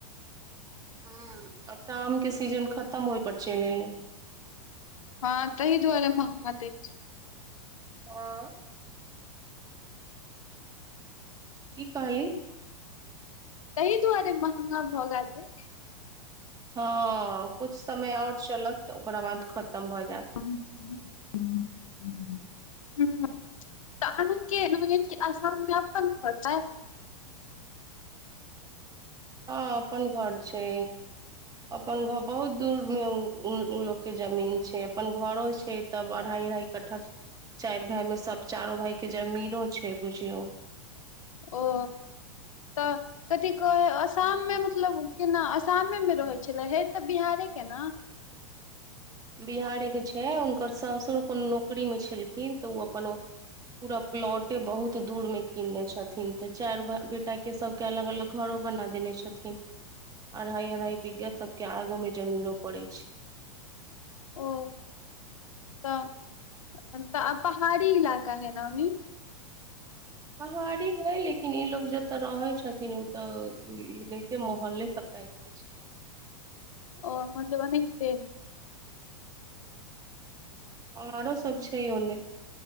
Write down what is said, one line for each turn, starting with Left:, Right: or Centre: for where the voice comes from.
Right: हँ आब तऽ आम के सीजन खतम होय पर चलि एलै
Left: हँ तहि दुआरे महंगा दै छै
Right: अ की कहली
Left: तहि दुआरे महंगा भऽ गेल यै
Right: हँ कुछ समय आउर चलत त ओकरा बाद खतम भऽ जेत
Left: <inaudible> हूँ तऽ अनु के ननद के असाम मे अपन घर हय
Right: हँ अपन घर छै अपन घर बहुत दूर मे उ लोक के जमीन छै अपन घरो छै तब अढ़ाई अढ़ाई कट्ठा चारि भाई मे सब चारो भाई के जमीनो छै बुझियौ
Left: ओ तऽ कथी कहै आसाम मे मतलब केना असामे मे रहैत छलै हय तऽ बिहारे के ने
Right: बिहारे के छै हुनकर सासुर कोनो नौकरी मे छेलखिन तऽ ओ अपन पूरा प्लॉटे बहुत दूर मे किनने छथिन तऽ चारि भे बेटा के सब के अलग अलग घरो बना देने छथिन अढ़ाई अढ़ाई बिघा सब के आगु मे जमीनो परै छै
Left: ओ तऽ तऽ पहाड़ी इलाका है न ओनी
Right: पहाड़ी हय लेकिन ई लोग जत्त रहै छथिन ओतऽ मोहल्ले सबटा एके छै
Left: ओ मतलब एनाहिते
Right: पहाड़ो सब
Left: हम्म।
Right: छै ओने